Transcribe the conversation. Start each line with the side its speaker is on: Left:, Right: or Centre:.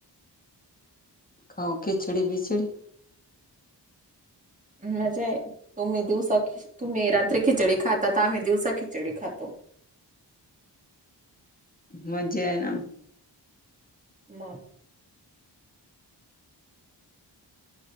Left: खाऊ खिचडी- बिचडी.
Right: मजा आहे. तुम्ही दिवसा खि- तुम्ही रात्री खिचडी खातात, आम्ही दिवसा खिचडी खातो.
Left: मज्जा आहे ना.
Right: मग.